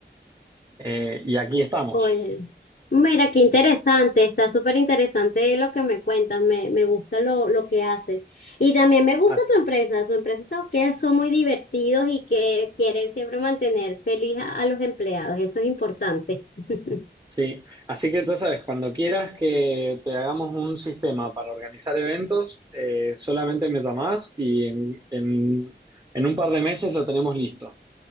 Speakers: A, on the right; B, on the left.
A: Eh, y aquí estamos.
B: Oye, mira, qué interesante, está súper interesante lo que me cuentas, me, me gusta lo, lo que haces. Y también me gusta
A: As-
B: tu empresa, su empresa son que son muy divertidos y que quieren siempre mantener feliz a, a los empleados, eso es importante. <laughs>
A: sí. Así que tú sabes, cuando quieras que te hagamos un sistema para organizar eventos, eh, solamente me llamás y en, en- en un par de meses lo tenemos listo.